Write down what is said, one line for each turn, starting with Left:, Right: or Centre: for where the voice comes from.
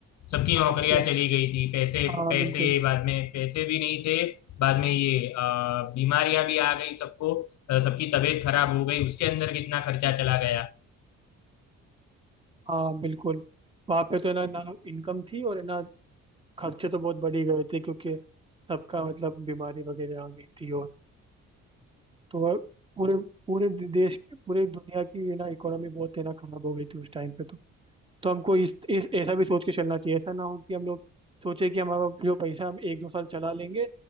Left: सबकी
Right: हाँ
Left: नौकरियां
Right: उसी
Left: चली गई थी पैसे
Right: हाँ
Left: पैसे
Right: बिल्कुल
Left: बाद में पैसे भी नहीं थे बाद में ये अ, बीमारियां भी आ गई सबको अ, सबकी तबीयत खराब हो गई उसके अंदर कितना खर्चा चला गया
Right: हाँ बिल्कुल वहाँ पे तो है ना ना इनकम थी और है ना खर्चे तो बहुत बढ़ ही गए थे क्योंकि सबका मतलब बीमारी वगैरह आ गई थी और तो वह पूरे पूरे देश पूरे दुनिया की है ना इकोनॉमी बहुत है ना खराब हो गई थी उस टाइम पे तो तो हमको इस, इस ऐसा भी सोच के चलना चाहिए ऐसा ना हो कि हम लोग सोचे कि हमारा जो पैसा हम एक दो साल चला लेंगे